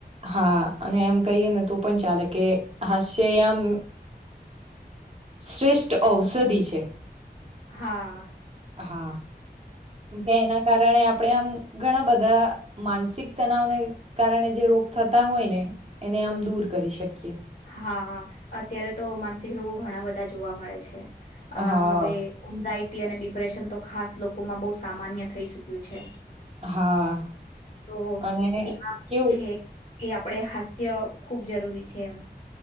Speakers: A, on the right; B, on the left.
A: હા અને એમ કહીએ ને તો પણ ચાલે કે હશે એમ શ્રેષ્ઠ ઔષધિ છે
B: હા
A: હા કેમ કે એના કારણે આપણેે આમ ઘણા બધા માનસિક તનાવને કારણે જે રોગ થતા હોય ને એને આમ દૂર કર કરી શકીએ
B: હા અત્યારે તો માનસિક રોગો ઘણા બધા જોવા મળે છે આ
A: હા,
B: હવે ઊંઢાઈ અને ડિપ્રેશન તો ખાસ લોકોમાં બહુ સામાન્ય થઈ ચુક્યું છે
A: હા
B: તો
A: અને
B: એ
A: કેવું
B: છે એ આમ આપણે હાસ્ય ખૂબ જરૂરી છે એમ